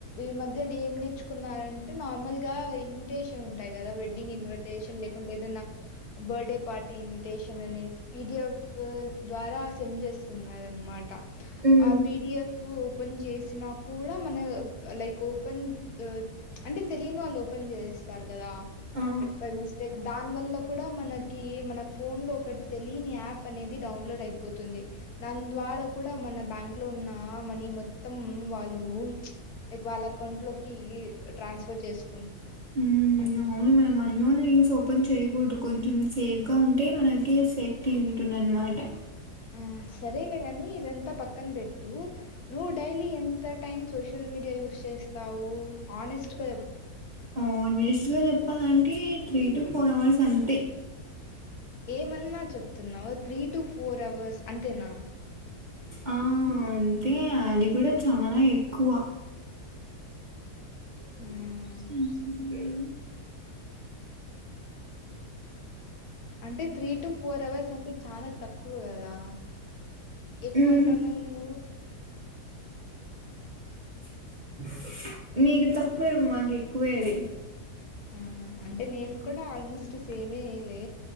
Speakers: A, on the left; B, on the right.
A: ఈ మధ్య ఏం నేర్చుకున్నారంటే నార్మల్ గా ఇన్విటేషన్ ఉంటాయి కదా వెడ్డింగ్ ఇన్విటేషన్ లేకుంటే ఏదైనా బర్త్డే పార్టీ ఇన్విటేషన్ అనేది పిడిఎఫ్ ద్వారా సెండ్ చేస్త. తున్నారనమాట.
B: హ్మ్
A: ఆ పిడిఎఫ్. పని చే. చేసిన కూడా మన లైక్ ఓపెన్ అంటే తెలియని వాళ్ళు ఓ. ఓపెన్ చేస్తారు. కదా
B: ఆ
A: బై మిస్టేక్ దాని వల్ల కూడా మన. కీ మన ఫోన్ లో ఒకటి తెలియని యాప్ కి. అనేది డౌన్లోడ్ అయిపోతుంది. దాని ద్వారా కూడా మన బ్యాంక్ లో ఉన్న మని మొత్తం. వాళ్ళు లైక్ వాళ్ళ ఎకౌంట్ లో. కీ ట్రాన్స్ఫర్ చేసు.
B: మ్ అవును మేడమ్ అన్నోను లింస్ ఓ. పని చేయకూడదు కొంచెం సేఫ్ గా ఉంటే మనకి సేఫ్టీ ఉంటుంది అనమాట.
A: ఆ సరేలే గానీ ఇదంతా పక్కన బెట్టు నువ్వు డైలీ ఎంత. టైం సోషల్ మీడియా యూస్ చేస్తావు ఆనెస్ట్ గా.
B: ఆనెస్ట్ గా చెప్పాలి అంటే త్రీ టు ఫోర్ అవర్స్ అంతే.
A: ఏమన్నా చెప్పు. తున్నావు త్రీ టు ఫోర్ అవర్స్ అంతేనా.
B: ఆహా అంటే అది కూడా చాలా ఎక్కువ. హ
A: మ్మ్
B: హు.
A: అంటే త్రీ టు ఫోర్ అవర్స్ అంటే చాలా తక్కువ కదా ఎక్కువ
B: మ్
A: అంటున్నావు నువ్వు.
B: సు సూ. నీకు. తక్కువే మాకు ఎక్కువే అది.
A: ఆహ్ అంటే నేను కూడా ఆల్మోస్ట్ సేమేలే.